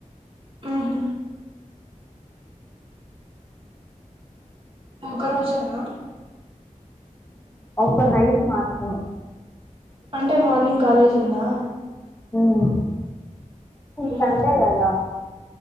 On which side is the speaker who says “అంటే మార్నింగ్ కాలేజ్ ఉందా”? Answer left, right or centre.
Right